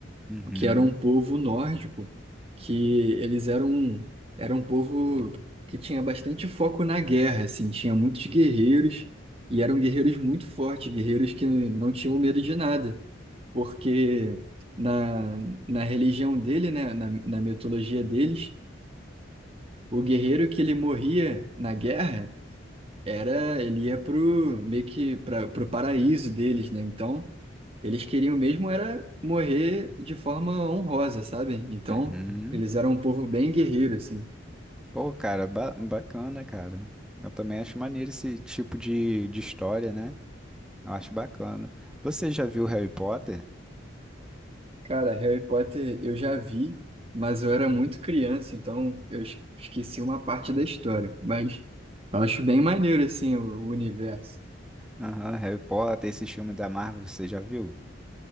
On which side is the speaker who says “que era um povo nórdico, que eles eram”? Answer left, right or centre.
Right